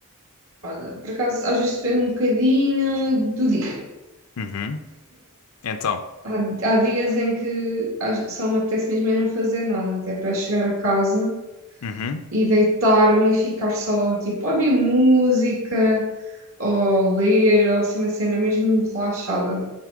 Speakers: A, on the right; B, on the left.
A: Olha, por acaso, às vezes depende um bocadinho do dia.
B: Uhum. Então,
A: Há, há dias em que às- só me apetece mesmo é não fazer nada, até para chegar a casa
B: uhum.
A: e deitar-me e ficar só, tipo, a ouvir música, ou ler, ou assim uma cena mesmo relaxada.